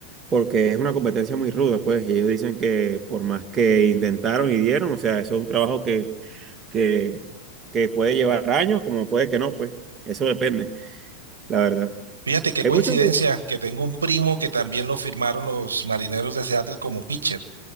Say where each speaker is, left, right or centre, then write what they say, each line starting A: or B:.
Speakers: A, on the right; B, on the right.
A: porque es una competencia muy ruda, pues, y ellos dicen que por más que intentaron y dieron, o sea, eso es un trabajo que, que, que puede llevar años, como puede que no, pues, eso depende, la verdad.
B: fíjate qué
A: Hay
B: coincidencia
A: muchos,
B: que tengo un primo que también lo firmaron los Marineros de Seattle como pitcher.